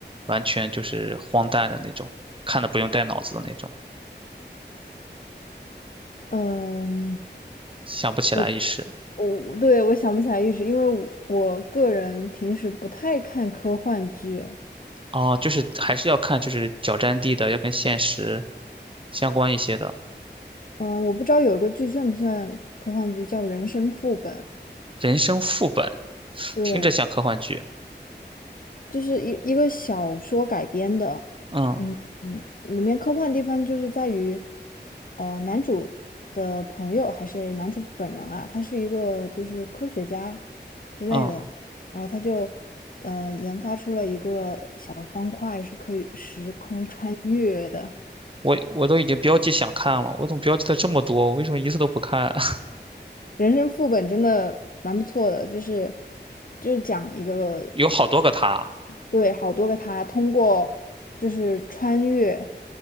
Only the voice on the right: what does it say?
完全就是荒诞的那种，看的不用带脑子的那种，
想不起来一时。
哦，就是还是要看，就是脚沾地的，要跟现实相关一些的，
人生副本，
听着像科幻剧，
嗯
嗯。
我我都已经标记想看了，我怎么标记的这么多？我为什么一次都不看？<laughs>
有好多个他